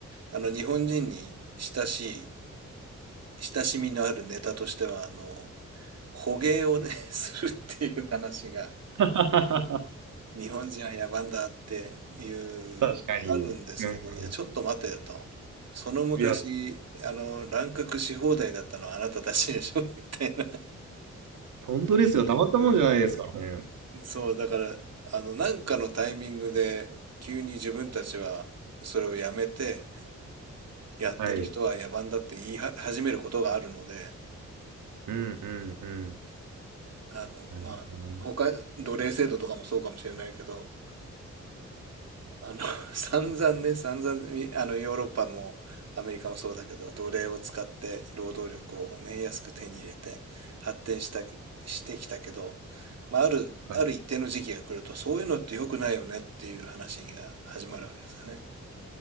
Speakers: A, on the right (about 55°); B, on the right (about 85°).
A: あの、日本人に親しい、親しみのあるネタとしては、あの、捕鯨をね、<laughs> するっていう話が、
B: <laughs>
A: 日本人は野蛮だっていうのはあるんですけど、
B: 確かに。うん
A: いや、ちょっと待てよと。その昔、
B: いや、
A: あの、乱獲し放題だったのはあなたたちでしょ <laughs> みたいな。
B: 本当ですよ。たまったもんじゃないですからね。
A: うん、うんそう、だから、あの、なんかのタイミングで、急に自分たちはそれをやめて、やってる人は野蛮だって言いは始めることがあるので、
B: はい。うんうんうん。
A: あの、
B: なるほどな。
A: まあ、他、奴隷制度とかもそうかもしれないけど、あの、<laughs> 散々ね、散々み、あの、ヨーロッパもアメリカもそうだけど、奴隷を使って労働力をね、安く手に入れて発展した、してきたけど、まあ、ある、
B: はい。
A: ある一定の時期が来ると、そういうのって良くないよねっていう話が始まるわけですよね。